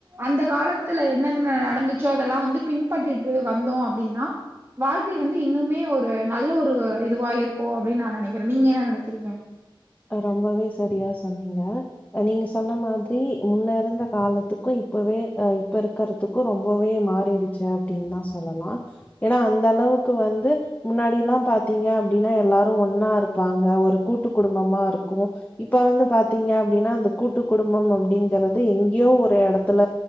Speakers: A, on the right; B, on the left.
A: அந்த காலத் த்துல என்னென்ன நடந்துச்சோ அதெல்லா வந்து பின்பற்றிட்டு வந்தோ அப்பிடின்னா வாழ்க்கை வந்து இன்னுமே ஒரு நல்ல ஒரு இதுவா இருக்கும் அப்படின்னு நா நெனைக்கிறேன் நீங்க என்ன நெனைக்கிறீங்க
B: ரொம்பவே சரியாஸ் சொன்னிங்க நீங்க சொன்ன மாதிரி முன்ன இருந்த காலத்துக்கும் இப்பவே அ இப்ப இருக்கறத்துக்கும் ரொம்பவே மாறிடுச்சு அப்பிடின்னு தா சொல்லலா ஏன்னா அந்த அளவுக்கு வந்து முன்னாடில்லா பாத்தீங்க அப்பிடின்னா எல்லாரும் ஒன்னா இருப்பாங்க ஒரு கூட்டுக்குடு டும்மா இருக்கும் இப்ப வந்து பாத்தீங்க அப்பிடின்னா அந்த கூட்டு குடும்பம் அப்பிடிங்கறது எங்கேயோ ஒரு எடத்துல